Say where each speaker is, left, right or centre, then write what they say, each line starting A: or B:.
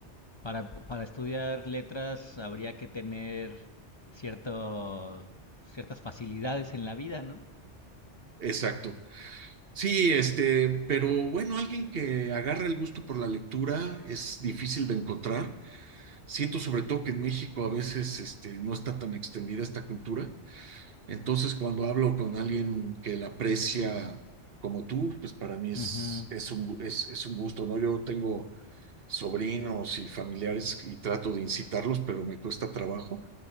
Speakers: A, on the left (about 30°); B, on the right (about 55°).
A: Para, para estudiar letras habría que tener cierto, ciertas facilidades en la vida, ¿no?
B: Exacto. Sí, este, pero bueno, alguien que agarra el gusto por la lectura es difícil de encontrar. Siento sobre todo que en México a veces, este, no está tan extendida esta cultura. Entonces, cuando hablo con alguien que la aprecia como tú, pues para mí es,
A: Ujú,
B: es un, gu- es, es un gusto, ¿no? Yo tengo sobrinos y familiares y trato de incitarlos, pero me cuesta trabajo.